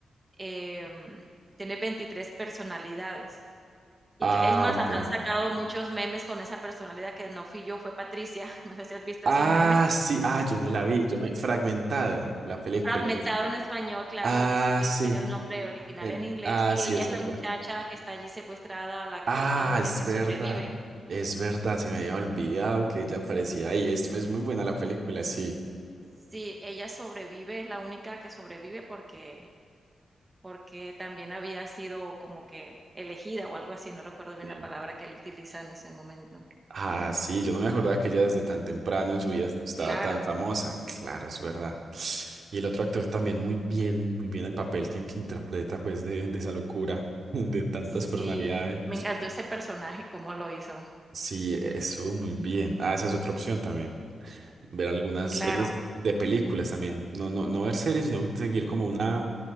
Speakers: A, on the right; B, on the right.
A: Em, tiene 23 personalidades. Y
B: Ah,
A: ca es más,
B: ok.
A: hasta han sacado muchos memes con esa personalidad que no fui yo, fue Patricia. <laughs> No sé si has visto
B: Ah,
A: esos memes.
B: sí, ah, yo me la vi, yo me fragmentado la película.
A: Fragmentado en español, claro,
B: Ah,
A: Split
B: sí.
A: sería el nombre original
B: en-
A: en inglés,
B: Ah,
A: y
B: sí,
A: ella
B: es
A: es
B: verdad.
A: la muchacha que está allí secuestrada, la que
B: Ah,
A: la única
B: es
A: que
B: verdad.
A: sobrevive.
B: Es verdad, se me había olvidado que ella aparecía ahí. Es, es muy buena la película, sí.
A: Sí, ella sobrevive, es la única que sobrevive porque porque también había sido como que elegida o algo así, no recuerdo bien
B: Sí.
A: la palabra que él utiliza en ese momento.
B: Ah, sí, yo no me acordaba que ella desde tan temprano en su vida estaba
A: Claro.
B: tan famosa. Claro, es verdad. Y el otro actor también muy bien, muy bien el papel que, que interpreta pues de, de esa locura, <laughs> de tantas
A: Sí,
B: personalidades.
A: me encantó ese personaje, cómo lo hizo.
B: Sí, estuvo muy bien. Ah, esa es otra opción también. ver algunas series
A: Claro.
B: de películas también. No, no, no ver series, sino seguir como una.